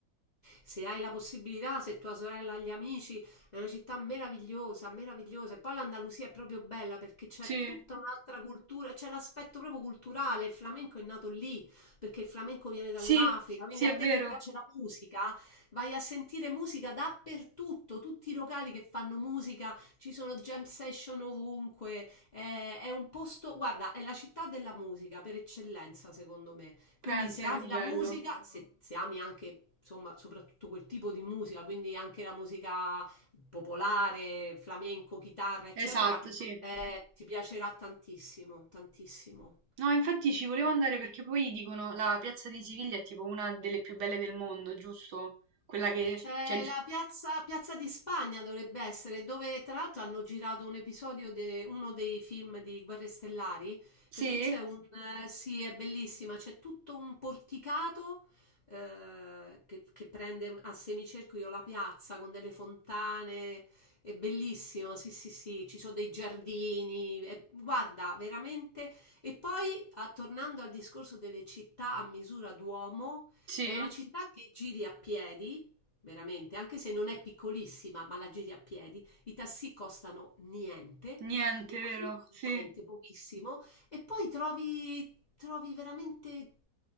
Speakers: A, on the left; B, on the right.
A: Se hai la possibilità, se tua sorella ha gli amici, è una città meravigliosa, meravigliosa. E poi l'Andalusia è proprio bella perché c'è
B: Sì,
A: tutta un'altra cultura, c'è l'aspetto proprio culturale. Il flamenco è nato lì perché il flamenco viene dall'Africa.
B: sì,
A: Quindi
B: sì,
A: a
B: è
A: te
B: vero.
A: che piace la musica, vai a sentire musica dappertutto. Tutti i locali che fanno musica, ci sono jam session ovunque. eh, È, un posto, guarda, è la città della musica per eccellenza, secondo me.
B: Pensa,
A: Quindi se ami
B: che bello.
A: la musica, se, se ami anche, insomma, soprattutto quel tipo di musica, quindi anche la musica popolare, flamenco, chitarra, eccetera,
B: Esatto, sì.
A: eh, ti piacerà tantissimo, tantissimo.
B: No, infatti ci volevo andare perché poi dicono la piazza di Siviglia è tipo una delle più belle del mondo, giusto? Quella che
A: C'è
B: c'è il...
A: la piazza, Piazza di Spagna dovrebbe essere, dove tra l'altro hanno girato un episodio di uno dei film di Guerre Stellari,
B: Sì?
A: perché c'è un... eh, sì, è bellissima, c'è tutto un porticato eh, che, che prende a semicerchio la piazza con delle fontane, è bellissimo, sì, sì, sì, ci sono dei giardini, è- guarda, veramente... E poi, a- tornando al discorso delle città a misura d'uomo,
B: Sì?
A: è una città che giri a piedi Veramente, anche se non è piccolissima, ma la giri a piedi, i taxi costano niente
B: Niente,
A: e comunque
B: vero? Sì.
A: niente, pochissimo e poi trovi trovi veramente